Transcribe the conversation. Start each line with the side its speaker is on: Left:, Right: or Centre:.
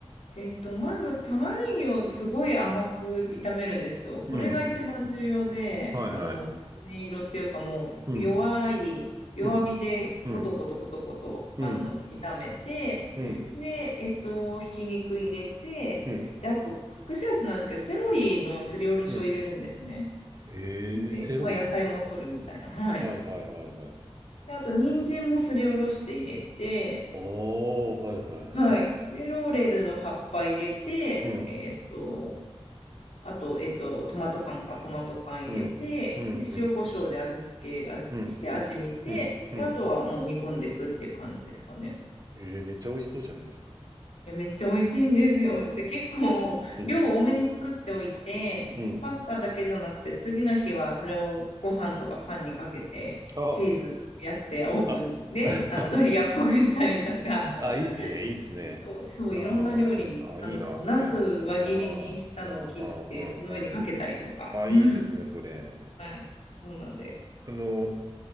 Left: えっと、まず玉ねぎをすごい甘く炒めるんですよ。
Right: うん。
Left: これが一番重要で、
Right: はいはい。
Left: あの、きつね色っていうかもう弱い、
Right: うん、
Left: 弱火でコトコトコトコト、
Right: うん、うん、うん、
Left: あの、炒めて、
Right: うん、
Left: で、えっと、ひき肉入れて、
Right: うん、
Left: で、あと、隠し味なんですけど、セロリのすりおろしを入れるんですね。
Right: うん。へえ、
Left: で、
Right: セロリの。
Left: まあ、野菜も取るみたいな。はい。
Right: はいはいはいはい。
Left: で、あと、人参もすりおろして入れて、
Right: ああ、はいはいはいはい。
Left: はい。で、ローレルの葉っぱ入れて、
Right: うん、
Left: えっと、あと、えっと、トマト缶か、トマト缶入れて、
Right: うん、うん、
Left: で、
Right: うん、
Left: 塩コショウで味付けあして味見て、
Right: うん、うん、うん、
Left: で、あとはもう煮込んでいくっていう感じですかね。
Right: ええめっちゃ美味しそうじゃないですか。
Left: いや、めっちゃ美味しいんですよ。で、結構、
Right: うん、
Left: 量を多めに作っておいて、
Right: うん。
Left: パスタだけじゃなくて、次の日はそれをご飯とかパンにかけて、
Right: あ、
Left: チーズやってオーブンで、
Right: あ、<laughs>
Left: あの、ドリアっぽくしたりとか、
Right: あ、いいっすね、いいっすね。
Left: <laughs> そう、そう、
Right: ああ、
Left: いろんな料理に、
Right: あ、
Left: あの、
Right: いいな、それ。
Left: ナス輪切りにしたのを切って、
Right: うん、うん、うん、
Left: その上にかけたりとか、
Right: うん、うん。あ、
Left: うん、
Right: いいですね、それ。
Left: はい、そうなんです。
Right: あの、